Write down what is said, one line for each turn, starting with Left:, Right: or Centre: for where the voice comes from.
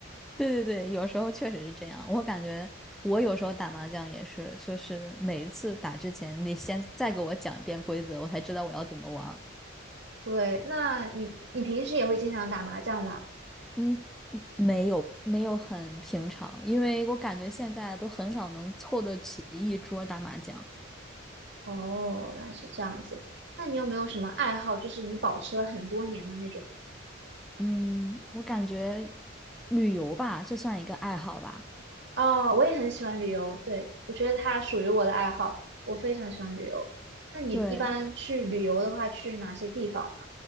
Centre: 对对对，有时候确实是这样。我感觉我有时候打麻将也是，就是每一次打之前，你先再给我讲一遍规则，我才知道我要怎么玩。
Right: 对，那你你平时也会经常打麻将吗？
Centre: 嗯，没有没有很平常，因为我感觉现在都很少能凑得起一桌儿打麻将。
Right: 哦，原来是这样子。那你有没有什么爱好，就是你保持了很多年的那种？
Centre: 嗯，我感觉旅游吧，这算一个爱好吧。
Right: 哦，我也很喜欢旅游，对，我觉得它属于我的爱好，我非常喜欢旅游。那你一般去旅游的话，
Centre: 对，
Right: 去哪些地方呢？